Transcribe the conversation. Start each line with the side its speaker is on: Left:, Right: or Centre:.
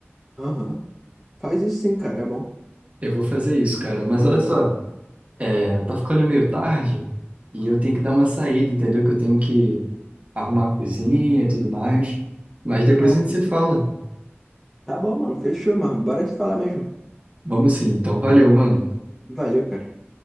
Centre: Aham. Faz isso sim, cara. É bom.
Right: Eu vou fazer isso, cara. Mas olha só, é, tá ficando meio tarde e eu tenho que dar uma saída, entendeu? Que eu tenho que arrumar a cozinha e tudo mais. Mas depois
Centre: Tá,
Right: a gente se fala.
Centre: tá bom, mano. Fechou, mano. Bora te falar mesmo.
Right: Vamos sim, então. Valeu, mano.
Centre: Valeu, cara.